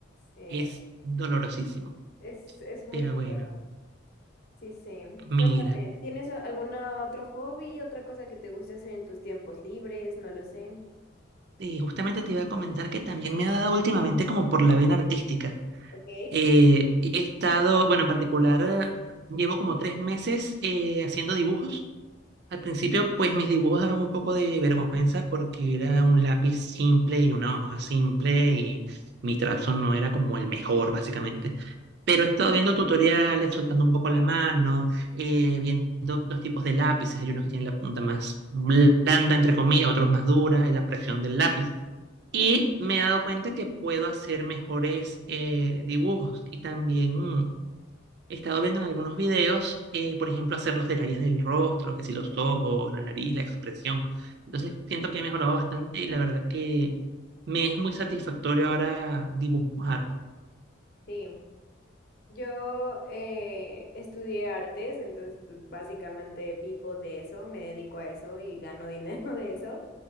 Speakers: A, on the left; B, on the right.
A: Sí.
B: es dolorosísimo.
A: Es, es muy
B: Pero bueno,
A: feo. Sí, sí.
B: mira.
A: Cuéntame, ¿tienes a- algún otro hobby, otra cosa que te guste hacer en tus tiempos libres? No lo sé.
B: Sí, justamente te iba a comentar que también me ha dado últimamente como por la vena artística.
A: Ok.
B: Eh, he estado, bueno, en particular, eh, llevo como tres meses eh, haciendo dibujos Al principio, pues mis dibujos daban un poco de vergüenza porque era un lápiz simple y una hoja simple y mi trazo no era como el mejor, básicamente. Pero he estado viendo tutoriales, soltando un poco la mano, eh, viendo los tipos de lápices. Hay unos que tienen la punta más blanda, entre comillas, otros más dura, y la presión del lápiz. Y me he dado cuenta que puedo hacer mejores eh, dibujos y también mm, He estado viendo en algunos videos, eh, por ejemplo, hacer los detalles del rostro, que si los ojos, la nariz, la expresión. Entonces siento que he mejorado bastante y la verdad que me es muy satisfactorio ahora dibujar.
A: Sí. Yo eh, estudié artes, entonces pues, básicamente vivo de eso, me dedico a eso y gano dinero <laughs> de eso.